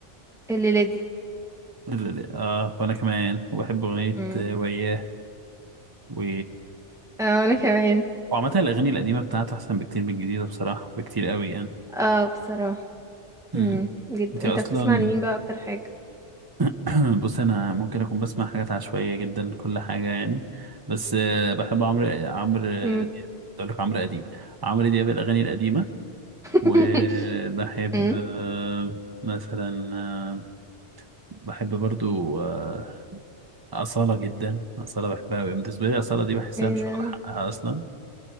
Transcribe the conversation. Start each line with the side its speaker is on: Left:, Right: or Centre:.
Centre: الليلة دي
Right: ال- ال- اه وانا كمان وبحب اغنية
Centre: مم.
Right: آه، وياه و
Centre: اه وانا كمان
Right: وعامة الاغاني القديمة بتاعته احسن بكتير من الجديدة بصراحة بكتير قوي يعني
Centre: اه بصراحة مم.
Right: امم
Centre: جدا
Right: انت
Centre: انت
Right: اصلا
Centre: بتسمع لمين بقى اكتر حاجة
Right: <clears throat> بص انا ممكن اكون بسمع حاجات عشوائية جدا لكل حاجة يعني بس آه، بحب عمرو عمرو آه،
Centre: مم.
Right: دياب كنت اقول لك عمرو اديب عمرو دياب الاغاني القديمة
Centre: <laughs>
Right: وبحب
Centre: مم.
Right: آه، مثلا آه، بحب برضو آه، أصالة جدا أصالة بحبها أوي بالنسبة لي أصالة دي بحسها
Centre: ايه
Right: مش
Centre: ده
Right: واخدة حقها أصلا